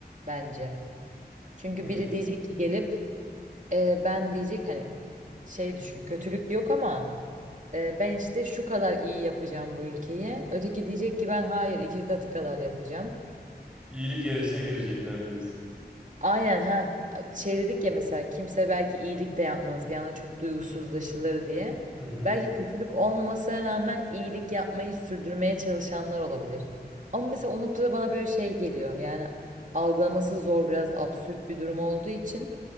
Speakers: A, on the right; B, in the centre.
A: bence. Çünkü
B: Hmm.
A: biri diyecek ki gelip e, ben diyecek hani şey düşün kötülük yok ama Ee, ben işte şu kadar iyi yapacağım bu ülkeyi. Öteki diyecek ki ben hayır iki katı kadar yapacağım.
B: İyilik yarışına girecekler diyorsun.
A: Aynen ha. Şey dedik ya mesela kimse belki iyilik de yapmaz bir anda çok duygusuzlaşılır diye.
B: Hı hı.
A: Belki kötülük olmamasına rağmen iyilik yapmayı sürdürmeye çalışanlar olabilir. Ama mesela o noktada bana böyle şey geliyor. Yani algılaması zor biraz absürt bir durum olduğu için